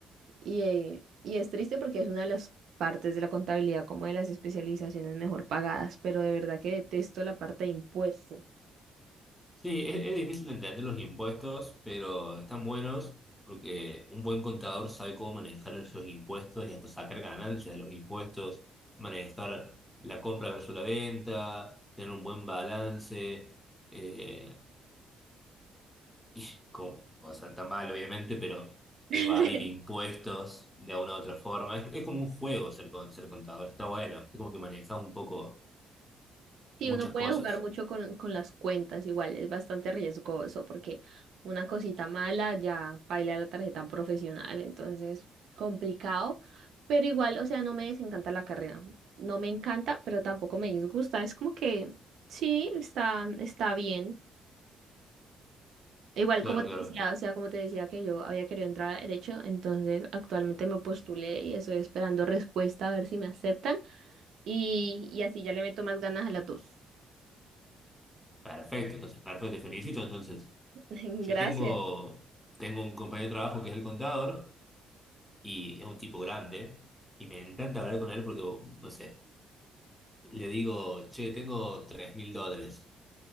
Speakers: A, on the right; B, in the centre.
A: Y, eh, y es triste porque es una de las partes de la contabilidad, como de las especializaciones mejor pagadas, pero de verdad que detesto la parte de impuestos.
B: Sí, es, es difícil de entender los impuestos, pero están buenos porque un buen contador sabe cómo manejar esos impuestos y hasta sacar ganancias de los impuestos, manejar la compra versus la venta, tener un buen balance. Eh, <laughs> y co- o sea, está mal, obviamente, pero
A: <laughs>
B: evadir impuestos de una u otra forma. Es, es como un juego ser, con- ser contador, está bueno. Es como que manejas un poco
A: Sí,
B: muchas
A: uno puede
B: cosas.
A: jugar mucho con, con las cuentas, igual es bastante riesgoso porque una cosita mala ya baila la tarjeta profesional, entonces complicado, pero igual, o sea, no me desencanta la carrera, no me encanta, pero tampoco me disgusta, es como que sí, está, está bien. Igual
B: Claro,
A: como te
B: claro.
A: decía, o sea, como te decía que yo había querido entrar a derecho, entonces actualmente me postulé y estoy esperando respuesta a ver si me aceptan y, y así ya le meto más ganas a las dos.
B: Perfecto, entonces, perfecto, te felicito. Entonces,
A: <laughs>
B: yo
A: Gracias.
B: tengo, tengo un compañero de trabajo que es el contador y es un tipo grande y me encanta hablar con él porque, no sé, le digo, che, tengo tres mil dólares.